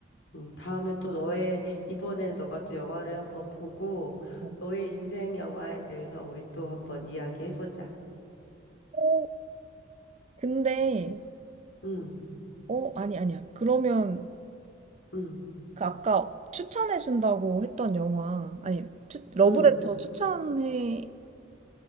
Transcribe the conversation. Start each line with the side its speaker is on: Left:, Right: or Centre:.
Left: 응. 다음에 또 너의, 이번에는 너가 또 영화를 한번 보고,
Right: 어,
Left: 너의 인생 영화에 대해서 우리 또 한번 이야기해보자.
Right: 어, 근데,
Left: 응,
Right: 어, 아니, 아니야. 그러면,
Left: 응,
Right: 그 아까 추천해준다고 했던 영화, 아니, 추, 러브레터
Left: 응.
Right: 추천해준다고